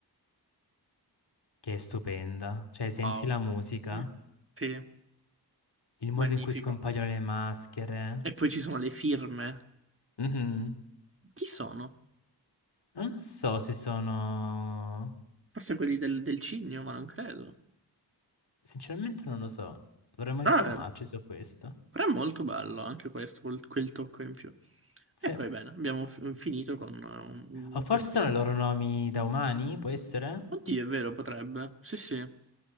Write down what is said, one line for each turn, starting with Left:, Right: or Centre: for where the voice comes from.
Left: Che è stupenda. Cioè, senti
Right: Wow.
Left: la musica,
Right: Mm. Sì,
Left: il modo
Right: magnifico.
Left: in cui scompaiono le maschere.
Right: E poi ci sono le firme.
Left: Mhm.
Right: Chi sono?
Left: Non so se sono...
Right: Forse quelli del, del cigno, ma non credo.
Left: Sinceramente non lo so. Dovremmo informarci
Right: Però è,
Left: su questo.
Right: però è molto bello anche questo, quel, quel tocco in più.
Left: Sì.
Right: E poi bene, abbiamo fi- finito con eh, un- un-
Left: O forse
Right: uno sfondo.
Left: sono i loro nomi da umani, può essere?
Right: Oddio, è vero, potrebbe. Sì, sì, hai